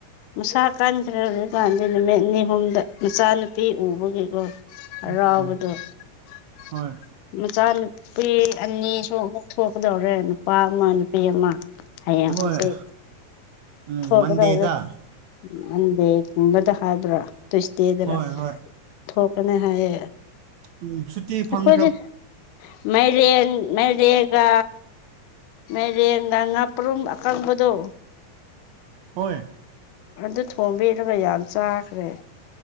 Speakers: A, on the left (about 80°); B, on the right (about 75°).
A: ꯃꯁꯥ ꯀꯟꯈ꯭ꯔꯦ ꯍꯧꯖꯤꯛꯀꯥꯟꯗꯤ ꯅꯨꯃꯤꯠ ꯅꯤ ꯍꯨꯝꯗ ꯃꯆꯥꯅꯨꯄꯤ ꯎꯕꯒꯤꯀꯣ ꯍꯥꯔꯥꯎꯕꯗꯣ
B: ꯎꯝ
A: <unintelligible>
B: ꯍꯣꯏ
A: ꯃꯆꯥꯅꯨꯄꯤ ꯑꯅꯤꯁꯨ ꯑꯃꯨꯛ ꯊꯣꯛꯀꯗꯧꯔꯦ ꯅꯨꯄꯥ ꯑꯃ ꯅꯨꯄꯤ ꯑꯃ ꯍꯥꯏꯌꯦꯡ
B: ꯍꯣꯏ
A: ꯍꯪꯆꯤꯠ
B: ꯎꯝ
A: ꯊꯣꯛꯀꯗꯧꯔꯦ
B: ꯃꯟꯗꯦꯗ
A: ꯃꯟꯗꯦꯒꯨꯝꯕꯗ ꯍꯥꯏꯕ꯭ꯔꯥ ꯇ꯭ꯨꯁꯗꯦ ꯗꯔꯥ
B: ꯍꯣꯏ ꯍꯣꯏ
A: ꯊꯣꯛꯀꯅꯤ ꯍꯥꯏꯌꯦ
B: ꯎꯝ ꯁꯨꯇꯤ ꯐꯪꯈ꯭ꯔꯕꯅꯦ
A: ꯑꯩꯈꯣꯏꯁꯦ ꯃꯥꯏꯔꯦꯟ ꯃꯥꯏꯔꯦꯟ ꯒꯥ ꯃꯥꯏꯔꯦꯟꯒ ꯉꯥꯄ꯭ꯔꯨꯝ ꯑꯀꯪꯕꯗꯣ
B: ꯍꯣꯏ
A: ꯑꯗꯨ ꯊꯣꯡꯕꯤꯔꯥꯒ ꯌꯥꯝ ꯆꯥꯈ꯭ꯔꯦ